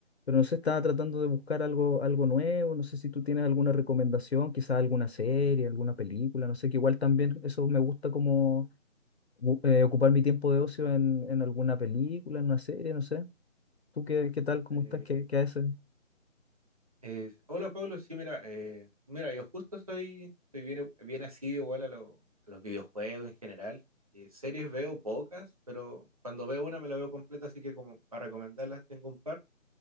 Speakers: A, on the left (about 55°); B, on the right (about 30°).
A: pero no sé, estaba tratando de buscar algo, algo nuevo, no sé si tú tienes alguna recomendación, quizás alguna serie, alguna película, no sé, que igual también eso me gusta como u- eh, ocupar mi tiempo de ocio en, en alguna película, en una serie, no sé. ¿Tú qué, qué tal? ¿Cómo
B: Eh,
A: estás? ¿Qué, qué haces?
B: eh, hola Pablo, sí, mira, eh, mira, yo justo soy, soy bien, bien asiduo igual a, lo- a los videojuegos en general. Eh, series veo pocas, pero cuando veo una me la veo completa, así que como para recomendarlas tengo un par.